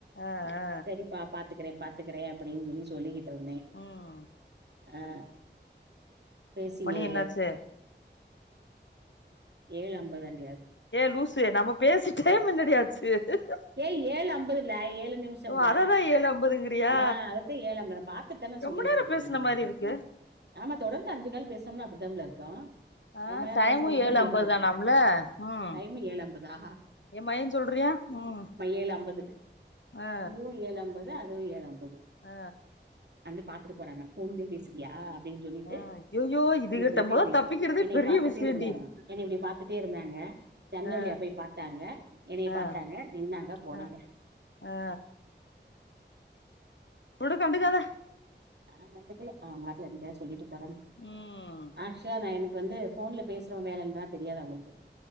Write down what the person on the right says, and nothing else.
சரிப்பா பாத் க்கிறே பாத்துக்குறே அப்டின் சொல்லிக் கிட்டு இருந்தேன்
ஆ பேசியே
ஏழு அம்பது தாண்டி
ஏ ஏழு அம்பதுல ஏழு நிமிஷம்ல
ஆ அ ஏழ அம்பது நா பாத்துட்டு தானே
சொல்லிட்டு
இருக்கேன்
நானு
ஆமா தொடர்ந்து அஞ்சு கால் பேசுனா அப்டித புல இருக்கும்
ரெம்பா நேரம்
பேசுனா மாரி
தாம் புல
டைமிங் ஏழ அம்பதா
ஏழு அம்பது
உ ஏலம் அத அதுவு ஏழு அம்பது
வந்து பாத்துட்டு போறாங்க போன்லயே பேசிரியா அப்டின் சொல்லிட்டு
அப்டின் சொல்லிட்டி
இபஃய
என்னை
பாத்துட்டே
இருந்தாங்க என்ன இப்டி பாத்துட்டே இருந்தாங்க ஜன்னல
வழியே போய் பாத்தாங்க என்னய
பாத்தாங்க நின்னாங்க போனாங்க
நா கன்டுகல அவங்க பாட்ல என்னத்தயா சொல்லிட்டு <unintelligible>
அக்ச்வலி நா யனக் இப்ப வந்து ஃபோன்ல பேசுற வேலந்தா தெரியாது அவங்ளுக்கு